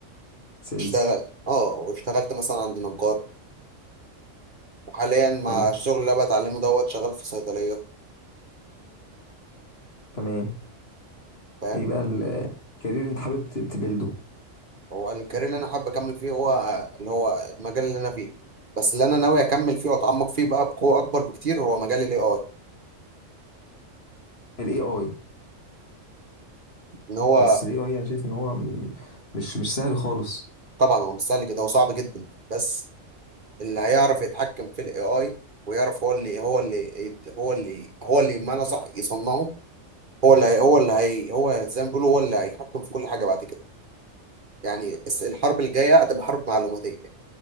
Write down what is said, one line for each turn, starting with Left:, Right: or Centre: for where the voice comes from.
Left: سيلز
Right: اشتغل اه واشتغلت مثلا عند نجار وحاليا مع
Left: حلو
Right: الشغل اللي أنا بتعلمه دوت شغال في صيدلية
Left: تمام
Right: فاهم
Left: ايه بقى الكارير انت حابب ت- تبيلده
Right: هو الكارير اللي انا حابب اكمل فيه هو اللي هو المجال اللي انا فيه بس اللي انا ناوي اكمل فيه واتعمق فيه بقى بقوه اكبر بكتير هو مجال الاي اي
Left: الاي اي
Right: ان هو
Left: بس الاي اي انا شايف ان هو م- مش مش سهل خالص
Right: طبعا هو مش سهل كده وصعب جدا بس اللي هيعرف يتحكم في الاي اي ويعرف هو اللي هو اللي يت- هو اللي هو اللي بمعنى صح يصنعه هو اللي هي هو اللي هي هو زي ما بيقولوا هو اللي هيتحكم في كل حاجه بعد كده يعني الس- الحرب الجايه هتبقى حرب معلوماتيه